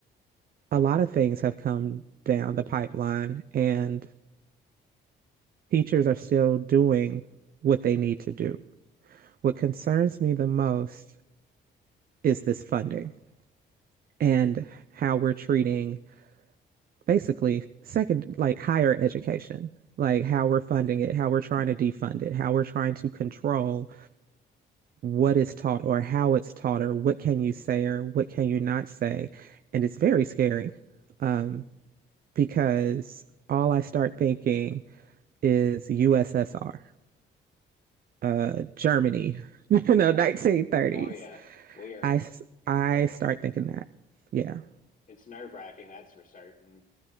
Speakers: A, on the right (about 50°); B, on the left (about 45°).
A: a lot of things have come down the pipeline and teachers are still doing what they need to do. What concerns me the most is this funding and how we're treating basically second, like higher education, like how we're funding it, how we're trying to defund it, how we're trying to control what is taught or how it's taught or what can you say or what can you not say. And it's very scary um, because all I start thinking is USSR, uh, Germany, <laughs> you know, 1930s.
B: Oh yeah. We are,
A: I, I start thinking that. Yeah,
B: it's nerve-wracking, that's for certain.